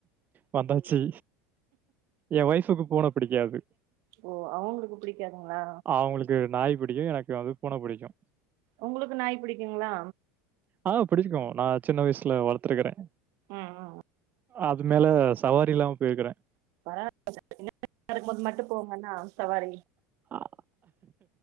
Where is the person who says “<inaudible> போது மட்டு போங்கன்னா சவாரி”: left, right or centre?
Right